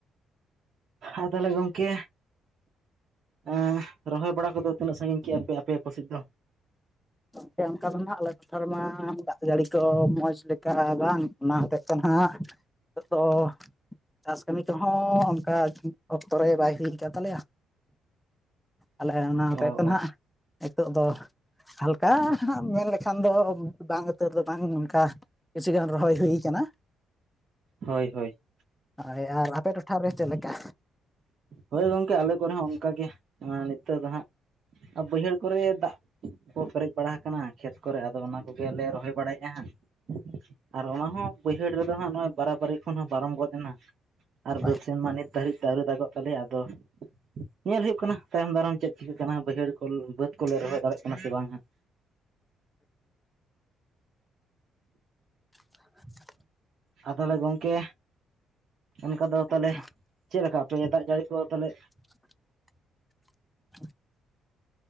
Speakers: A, on the right (about 50°); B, in the centre.
A: ᱟᱨ ᱛᱟᱦᱞᱮ ᱜᱚᱢᱠᱮ ᱮᱸ ᱨᱚᱦᱚᱭ ᱵᱟᱲᱟ ᱠᱚᱫᱚ ᱛᱤᱱᱟᱹᱜ ᱥᱟᱸᱜᱤᱧ ᱠᱮᱜ-ᱟᱯᱮ ᱟᱯᱮ᱾ ᱠᱚᱥᱮᱡ ᱫᱚ᱾
B: ᱜᱚᱝᱠᱮ ᱚᱱᱠᱟ ᱫᱚ ᱱᱷᱟᱜ ᱟᱞᱮ ᱴᱚᱴᱷᱟ ᱨᱮᱢᱟ ᱫᱟᱜ ᱡᱟᱲᱤ ᱠᱚ ᱢᱚᱡᱽ ᱞᱮᱠᱟ ᱵᱟᱝ᱾ ᱚᱱᱟ ᱦᱚᱛᱮᱡ ᱛᱮ ᱱᱷᱟᱜ ᱱᱤᱛᱳᱜ ᱫᱚ᱾ ᱪᱟᱥ ᱠᱟᱹᱢᱤ ᱠᱚᱦᱚᱸ ᱚᱱᱠᱟ ᱚᱠᱛᱚ ᱨᱮ ᱵᱟᱭ ᱦᱩᱭ ᱠᱟᱜ ᱛᱟᱞᱮᱭᱟ᱾ ᱟᱞᱮ ᱚᱱᱟ ᱦᱚᱛᱮᱡ
A: ᱚ
B: ᱛᱮ ᱱᱷᱟᱜ
A: ᱚ
B: ᱦᱤᱸᱛᱳᱜ ᱫᱚ᱾ ᱠᱟ ᱦᱟᱸᱜ ᱢᱮᱱ ᱞᱮᱠᱷᱟᱱ ᱫᱚ ᱵᱟᱝ ᱩᱛᱟᱹᱨ ᱫᱚ ᱵᱟᱝ ᱚᱱᱠᱟ᱾ ᱠᱤᱪᱷᱩ ᱜᱟᱱ ᱨᱚᱦᱚᱭ ᱦᱩᱭ ᱠᱟᱱᱟ ᱾
A: ᱦᱳᱭ ᱦᱳᱭ ᱾
B: ᱦᱳᱭ ᱟᱨ ᱟᱯᱮ ᱴᱚᱴᱷᱟ ᱨᱮ ᱪᱮᱫ ᱞᱮᱠᱟ?
A: ᱦᱳᱭ ᱜᱚᱝᱠᱮ ᱟᱞᱮ ᱠᱚᱨᱮ ᱦᱚᱸ ᱚᱱᱠᱟ ᱜᱮ ᱱᱤᱛᱚᱜ ᱫᱚ ᱦᱟᱸᱜ ᱵᱟᱹᱭᱦᱟᱹᱲ ᱠᱚᱨᱮ ᱫᱟᱜ ᱠᱚ ᱯᱮᱨᱮᱡ ᱵᱟᱲᱟ ᱟᱠᱟᱱᱟ ᱠᱷᱮᱛ ᱠᱚᱨᱮ, ᱟᱫᱚ ᱚᱱᱟ ᱠᱚᱜᱮᱞᱮ ᱨᱚᱦᱚᱭ ᱵᱟᱲᱟᱭᱮᱜᱼᱟ ᱦᱟᱸᱜ ᱾ ᱟᱨ ᱚᱱᱟ ᱦᱚᱸ ᱵᱟᱹᱭᱦᱟᱹᱲ ᱨᱮᱫᱚ ᱦᱟᱸᱜ ᱱᱚᱜᱼᱚᱭ ᱵᱟᱨᱟᱵᱟᱹᱨᱤ ᱠᱷᱚᱱ ᱦᱚᱸ ᱯᱟᱨᱚᱢ ᱜᱚᱫ ᱮᱱᱟ ᱾ ᱟᱨ
B: ᱦᱳᱭ
A: ᱵᱟᱹᱫ ᱥᱮᱱ ᱢᱟ ᱱᱤᱛ ᱫᱷᱟᱹᱨᱤᱡ ᱛᱮ ᱟᱹᱣᱨᱤ ᱫᱟᱜᱚᱜ ᱛᱟᱞᱮᱭᱟ ᱟᱫᱚ ᱧᱮᱞ ᱦᱩᱭᱩᱜ ᱠᱟᱱᱟ ᱾ ᱛᱟᱭᱚᱢ ᱫᱟᱨᱟᱢ ᱪᱮᱫ ᱪᱤᱠᱟᱹᱜ ᱠᱟᱱᱟ ᱵᱟᱹᱭᱦᱟᱹᱲ ᱠᱚᱞ ᱵᱟᱹᱫᱽ ᱠᱚᱞᱮ ᱨᱚᱦᱚᱭ ᱫᱟᱲᱮᱭᱟᱜ ᱠᱟᱱᱟ ᱥᱮ ᱵᱟᱝ ᱦᱟᱸᱜ!
B: <inaudible>
A: ᱟ ᱛᱟᱦᱚᱞᱮ ᱜᱚᱝᱠᱮ ᱚᱱᱠᱟ ᱫᱚ ᱛᱟᱞᱦᱮ
B: ᱛᱚ
A: ᱪᱮᱫ ᱞᱮᱠᱟ ᱟᱯᱮ ᱫᱟᱜ ᱡᱟᱹᱲᱤ ᱠᱚ ᱛᱟᱞᱦᱮ?
B: <inaudible> <inaudible>